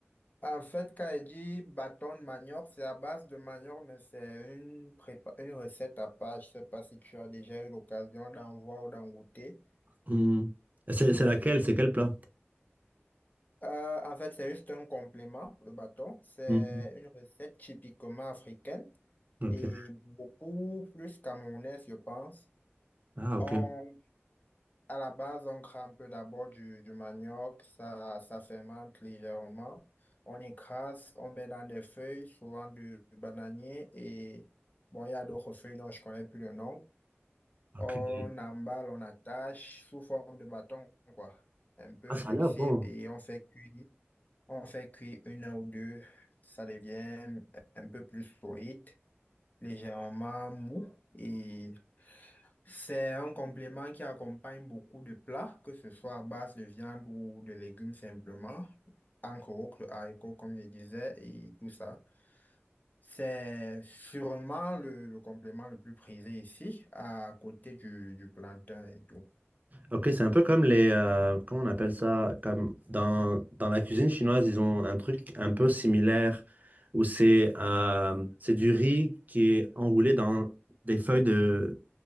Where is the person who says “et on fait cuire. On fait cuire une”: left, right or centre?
Left